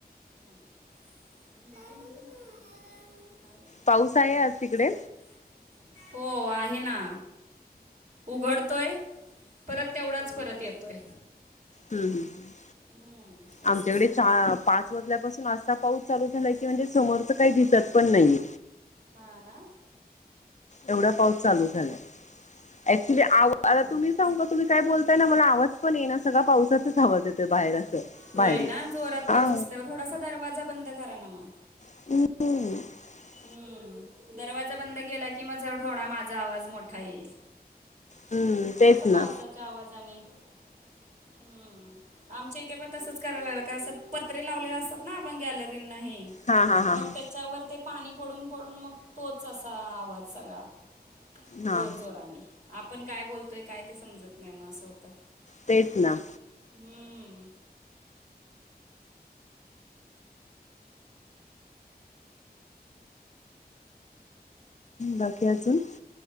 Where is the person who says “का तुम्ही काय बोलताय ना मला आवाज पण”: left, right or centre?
Left